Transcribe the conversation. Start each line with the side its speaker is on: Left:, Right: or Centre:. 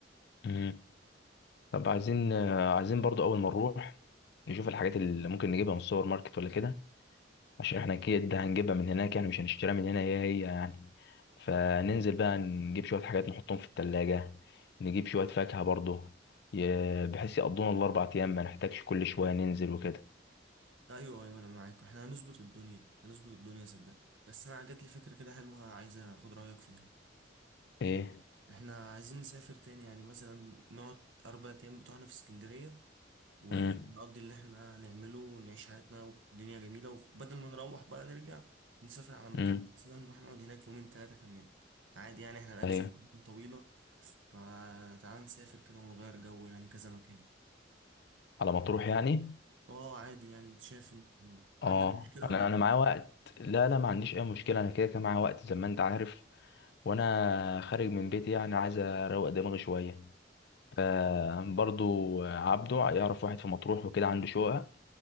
Left: مم. طب عايزين آه، عايزين برضو اول ما نروح نشوف الحاجات اللي ممكن نجيبها من السوبر ماركت ولا كده عشان احنا اكيد هنجيبها من هناك يعني مش هنشتريها من هنا هي هي يعني فننزل بقى نجيب شوية حاجات نحطهم في التلاجة نجيب شوية فاكهة برضو ي- بحيث يقضونا الاربع ايام ما نحتاجش كل شوية ننزل وكده
Right: ايوه ايوه انا معاك احنا هنظبط الدنيا هنظبط الدنيا صدقني بس انا جات لي فكرة كده حلوة عايز اخد رأيك فيها
Left: ايه
Right: احنا عايزين نسافر تاني يعني مثلا نقعد اربع ايام بتوعنا في اسكندرية ونقضي
Left: امم
Right: اللي احنا هنعمله ونعيش حياتنا والدنيا جميلة وبدل ما نروح بقى نرجع نسافر على مطروح
Left: امم
Right: مثلا نروح نقعد هناك يومين ثلاثة كمان عادي يعني احنا الأجازة
Left: طيب
Right: بتاعتنا طويلة فتعال نسافر كده ونغير جو يعني كذا مكان
Left: على ما تروح يعني
Right: اه عادي يعني انت شايف ان عندك
Left: اه
Right: مشكلة
Left: انا
Right: ولا موجود
Left: انا معايا وقت لا لا ما عنديش اي مشكلة انا كده كده معايا وقت زي ما انت عارف وانا خارج من بيتي يعني عايز اروق دماغي شويه فبرضو عبده يعرف واحد في مطروح وكده عنده شقه